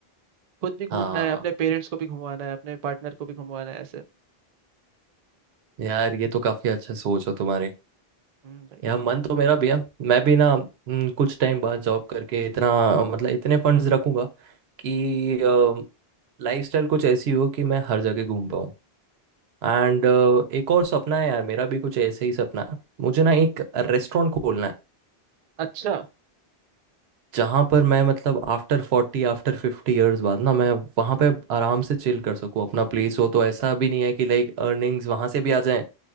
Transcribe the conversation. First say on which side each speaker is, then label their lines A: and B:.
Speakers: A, on the right; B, on the right.
A: खुद भी घूमना
B: हाँ
A: है अपने पेरेंट्स को भी घुमाना है अपने पार्टनर को भी घुमाना है ऐसे
B: यार ये तो काफी अच्छा सोच है तुम्हारी
A: हम्म भाई
B: यार मन तो मेरा भी है मैं भी ना हम्म, कुछ टाइम बाद जॉब करके इतना मतलब इतने फंड्स रखूंगा कि लाइफस्टाइल कुछ ऐसी हो कि मैं हर जगह घूम पाऊँ एंड एक और सपना है यार मेरा भी कुछ ऐसे ही सपना है मुझे ना एक रेस्टोरेंट खोलना है
A: अच्छा
B: जहाँ पर मैं मतलब after forty after fifty years बाद ना मैं वहाँ पे आराम से चिल कर सकूँ अपना प्लेस हो तो ऐसा भी नहीं है कि लाइक अर्निंग्स वहाँ से भी आ जाए